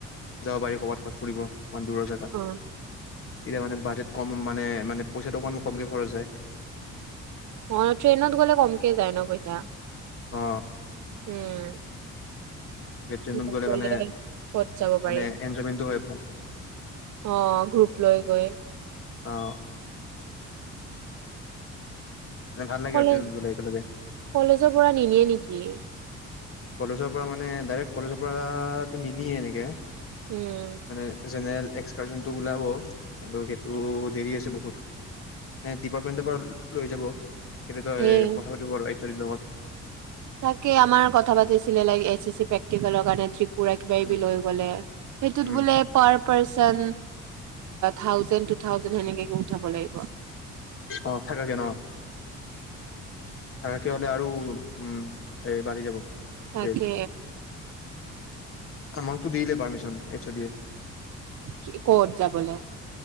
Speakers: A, on the left (about 45°); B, on the right (about 75°).
A: যাব পাৰি ক'ৰবাত ক'বাত ফুৰিব,। মান দুৰ জেগাত
B: অ
A: এতিয়া মানে বাজে কম মানে মানে পইচাটো অকমান কমকে খৰচ হয়
B: অ ট্ৰেইনত গলে কমকে যায় ন পইচা,।
A: অ
B: উম,।
A: ট্ৰেইনত
B: সকলে
A: গ'লে মানে
B: কত যাব পাৰি
A: মানে এনজয়মেন্টটো হয় ভাল
B: আহ গ্ৰুপ লৈ গৈ।
A: আহ,।
B: উম,।
A: মানে ভাল লাগে
B: কলেজ
A: আৰু ট্ৰেইনত গ'লে একেলগে
B: কলেজৰ পৰা নিনিয়ে নিক কি?
A: কলেজৰ পৰা মানে ডাইৰেক্ট কলেজৰ পৰাটো নিনিয়ে এনেকে,।
B: উম
A: মানে জেনেৰেল'। এক্সকাৰচনটো ওলাব কিন্তু সেইটো দেৰি আছে বহুত ডিপাৰ্টমেন্টৰ পৰা লৈ যাব সেইটো তই
B: সেই
A: পথা পাতিব বাৰ,। চৰিত লগত'।
B: তাকে আমাৰ কথা পাতিছিলে ল এ চি চি প্ৰেক্টিকেলৰ কাৰণে ত্ৰিপ,। পুৰা কিবা কিবি
A: উম
B: লৈ গ'লে সেইটোত
A: উম
B: বোলে per person thousand two thousand সেনেকে,। উঠাব লাগিব অ
A: অ থাকাকে ন থাকাকে হলে আৰু'। উম এই বাৰে যাব
B: তাকে
A: এই'। আমাকতো দিলে পাৰ্মিচন এইচ ড এ'।
B: কি ক'ত যাবলে